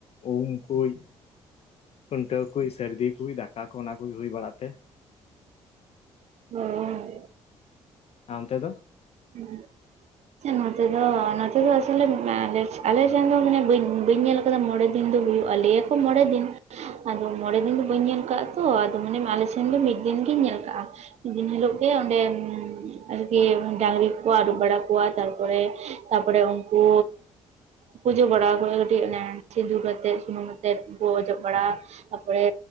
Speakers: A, on the left; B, on the right.
A: ᱩᱢᱠᱩᱪ ᱠᱷᱩᱱᱴᱟᱹᱣ ᱠᱩᱭ ᱥᱟᱹᱨᱫᱤ ᱠᱩᱭ ᱫᱟᱠᱟ ᱠᱚ ᱚᱱᱟ ᱠᱚᱜᱮ ᱦᱩᱭ ᱵᱟᱲᱟᱜ ᱛᱮ,
B: <unintelligible>
A: ᱟ ᱚᱱᱛᱮ ᱫᱚ?
B: ᱦᱮᱸ ᱱᱚᱛᱮ ᱫᱚ ᱱᱚᱛᱮ ᱫᱚ ᱟᱥᱚᱞᱮ ᱟᱞᱮ ᱴᱷᱮᱱ ᱫᱚ ᱢᱟᱱᱮ ᱵᱟᱹᱧ ᱵᱟᱹᱧ ᱧᱮᱞ ᱠᱟᱫᱟ ᱢᱚᱬᱮ ᱫᱤᱱ ᱫᱚ ᱦᱩᱭᱩᱜᱼᱟ ᱞᱟᱹᱭᱟ ᱠᱚ ᱢᱚᱬᱮ ᱫᱤᱱ ᱟᱫᱚ ᱢᱚᱬᱮ ᱫᱤᱱ ᱫᱚ ᱵᱟᱹᱧ ᱧᱮᱞ ᱟᱠᱟᱫ ᱛᱚ ᱟᱫᱚ ᱢᱟᱱᱮ ᱟᱞᱮ ᱥᱮᱱ ᱫᱚ ᱢᱤᱫ ᱫᱤᱱ ᱜᱤᱧ ᱧᱮᱞ ᱠᱟᱜᱼᱟ᱾ ᱢᱤᱫ ᱫᱤᱱ ᱦᱤᱞᱳᱜ ᱜᱮ ᱚᱸᱰᱮ ᱟᱨᱠᱤ ᱰᱟᱝᱨᱤ ᱠᱚ ᱟᱹᱨᱩᱵ ᱵᱟᱲᱟ ᱠᱚᱣᱟ ᱛᱟᱨᱯᱚᱨᱮ ᱛᱟᱯᱚᱨᱮ ᱩᱱᱠᱩ, ᱯᱩᱡᱟᱹ ᱵᱟᱲᱟ ᱟᱠᱚ ᱦᱳᱭᱳᱜᱼᱟ ᱠᱟᱹᱴᱤᱡ ᱚᱱᱮ ᱥᱤᱸᱫᱩᱨ ᱠᱟᱛᱮᱫ ᱥᱩᱱᱩᱢ ᱟᱛᱮᱫ ᱚᱡᱚᱜ ᱵᱟᱲᱟ
A: ᱚ
B: ᱛᱟᱯᱚᱨᱮ